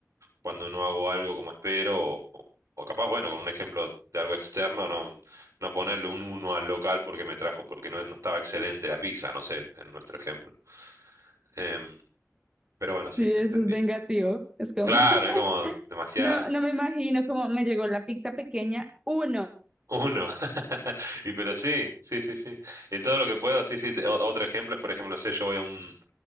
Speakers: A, on the right (about 75°); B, on the right (about 15°).
A: cuando no hago algo como espero, o, o capaz, bueno, con un ejemplo de algo externo, no, no ponerle un uno al local porque me trajo, porque no, no estaba excelente la pizza, no sé, en nuestro ejemplo. Em, pero bueno, sí,
B: Sí, eso
A: entendí.
B: es vengativo, es como,
A: Claro,
B: <laughs>
A: es como demasiado.
B: no, no me imagino cómo me llegó la pizza pequeña, uno.
A: Uno. <laughs> Y pero sí, sí, sí, sí. En todo lo que puedo, sí, sí. te- o- Otro ejemplo es, por ejemplo, no sé, yo voy a un,